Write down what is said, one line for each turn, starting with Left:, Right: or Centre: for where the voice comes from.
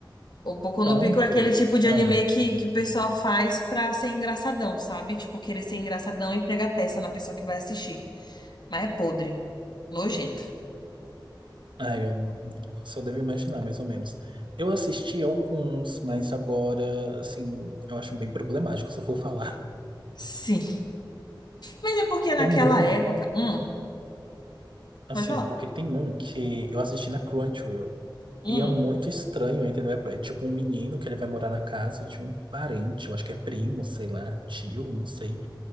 Left: O Boku
Right: Tanto.
Left: no Pico é aquele tipo de
Right: Ah.
Left: anime que, que o pessoal faz pra ser engraçadão, sabe? Tipo, querer ser engraçadão e pregar peça na pessoa que vai assistir. Mas é podre. Nojento.
Right: Ah, eu só devo imaginar, mais ou menos. Eu assisti alguns, mas agora, assim, eu acho bem problemático, se eu for falar.
Left: Sim. Mas é porque naquela
Right: <laughs> Tem um,
Left: época. Hum,
Right: assim,
Left: pode falar.
Right: porque tem um que eu assisti na Crunchyroll.
Left: Hum.
Right: E é muito estranho, entendeu? É, é tipo um menino que ele vai morar na casa de um parente, eu acho que é primo, sei lá, tio, não sei.